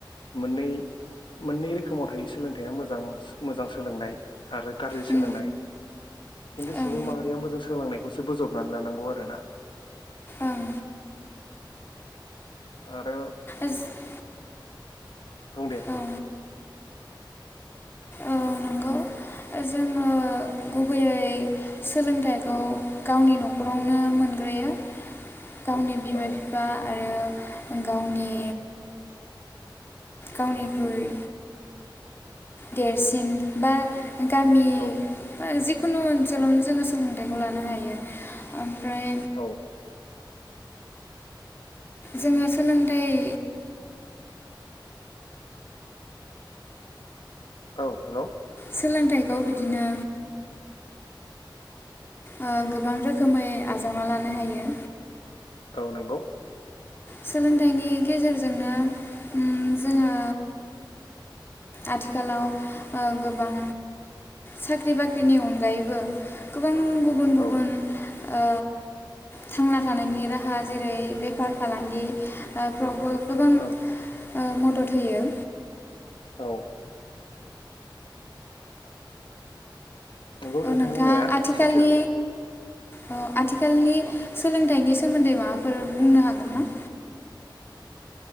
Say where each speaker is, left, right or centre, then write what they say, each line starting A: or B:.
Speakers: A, on the left; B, on the left.
A: मोननै मोननै रोखोमाव थायो सोलोंथाइया मोजां मोजां सोलोंनाय आरो गाज्रि
B: उम
A: सोलोंनाय खिन्थु
B: ओं
A: सुबुं माहारिया मोजां सोलोंनायखौसो बोजबनानै लानांगौ आरोना
B: औं
A: आरो
B: जो-
A: बुं दे
B: औ औ नंगौ जोङो गुबैयै सोलोंथाइखौ गावनि न'खरावनो मोनग्रोयो गावनि बिमा
A: औ
B: बिफा आरो गावनि गावनिख्रुइ देरसिन बा गामि
A: औ
B: जि खुनु ओनसोलावनो जोङो सोलोंथाइखौ लानो हायो ओमफ्राय
A: औ
B: जोङो सोलोंथाइ
A: औ हेलौ
B: सोलोंथाइखौ बिदिनो ओ गोबां रोखोमै आजावना लानो हायो
A: औ नंगौ
B: सोलोंथाइनि गेजेरजोंनो जोङो आथिखालाव ओ गोबां साख्रि बाख्रिनि अनगायैबो गोबां गुबुन गुबुन
A: औ
B: ओ थांना थानायनि राहा जेरै बेफार फालांगिफ्रावबो गोबां ओ
A: औ
B: मदद होयो
A: औ नंगौ
B: औ
A: नोंथां
B: नोंथाङा
A: होननाया
B: आथिखालनि
A: सैथो
B: औ आथिखालनि सोलोंथाइनि सोमोन्दै माबाफोर बुंनो हागोन ना